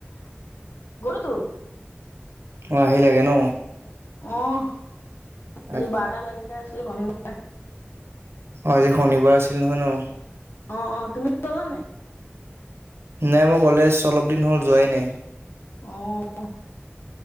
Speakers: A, on the left; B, on the right.
A: তো
B: অ', আহিলাগে ন?
A: অহ, আজি
B: অ',
A: বাৰটা লৈকে আছিলে, শনিবাৰ।
B: অ', আজি শনিবাৰ আছিল নহয় ন?
A: অ', অ', তুমি গ'লা নে নাই?
B: নাই, মই কলেজ অলপ দিন হ'ল যোৱাই নাই।
A: অহ।